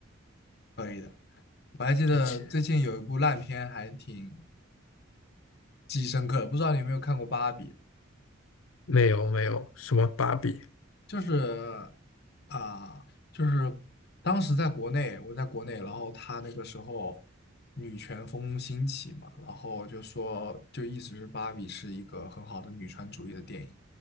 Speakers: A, on the left; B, on the left.
A: 可以的。我还记得最近有一部烂片，
B: 对，其
A: 还挺记忆深刻，不知道你有没有看过《芭比》？
B: 没有没有什么芭比。
A: 就是啊、就是当时在国内，我在国内，然后他那个时候女权风兴起嘛，然后就说就一直是芭比是一个很好的女权主义的电影，